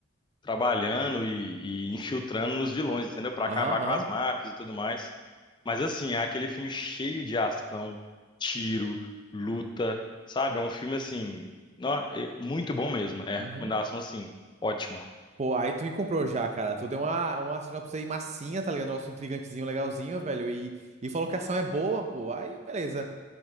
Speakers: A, on the left; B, on the right.
A: trabalhando e, e infiltrando nos vilões, entendeu? Para acabar
B: aham, aham.
A: com as máfias e tudo mais. Mas assim, é aquele filme cheio de ação, tiro, luta, sabe? É um filme assim, nó- é muito bom mesmo. É
B: Uhum.
A: recomendação assim, ótima.
B: Pô, aí tu me comprou já, cara. Tu deu uma, uma sinopse aí massinha, tá ligado? Um negócio intrigantezinho, legalzinho, velho. E, e falou que a ação é boa, pô. Aí, beleza.